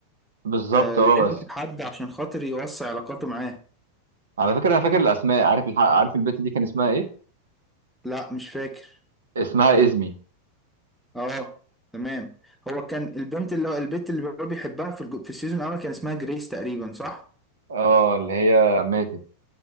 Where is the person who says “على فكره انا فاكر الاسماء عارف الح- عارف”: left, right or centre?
Right